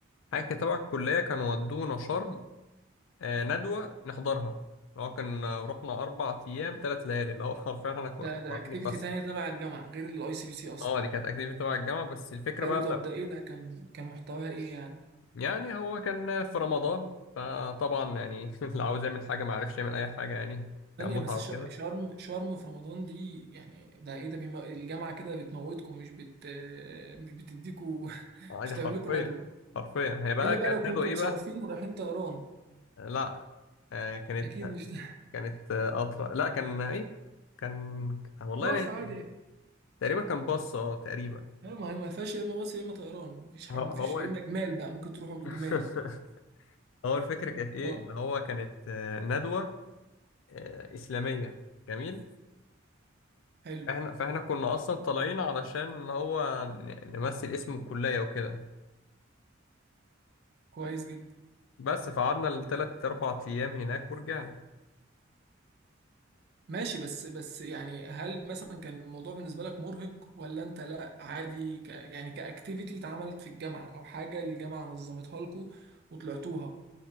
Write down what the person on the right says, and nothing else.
ده ده
اكتيفيتي
تانية تبع الجامعه غير الاي سي بي سي اصلا
حلو
طب
ده ايه ده كان كان محتواها ايه يعني
ثانية
بس
شا- شرم شرم في رمضان دي يعني ده ايه ده بيم... الجامعة كده بتموتكم مش بت مش بتديكوا <laughs>
مش بتعمل
لكم ندوة
الا بقى
لو كنتوا
مصرفين
ورايحين طيران
اكيد مش ده <laughs>
باص
عادي أكيد.
لا، ما هي ما فيهاش يا اما باص يا اما طيران مفيش حاجه
مفيش يا اما جمال بقى ممكن تروحوا بجمال
اه
حلو
كويس جدا
ماشي بس بس يعني هل مثلا كان الموضوع بالنسبه لك مرهق ولا انت لا عادي ك يعني كاكتيفيتي اتعملت في الجامعه او حاجه الجامعه نظمتها لكم وطلعتوها